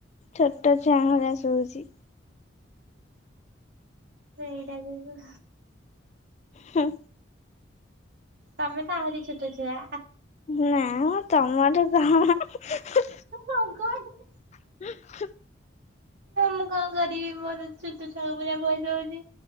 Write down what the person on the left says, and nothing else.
ଛୋଟ ଛଆଙ୍କ ଭଳିଆ ଶୁଭୁଚି।
ହୁଁ।
ନାଁ ମ ତମଠୁ କ ମ ହୁଁ ହୁଁ
<unintelligible>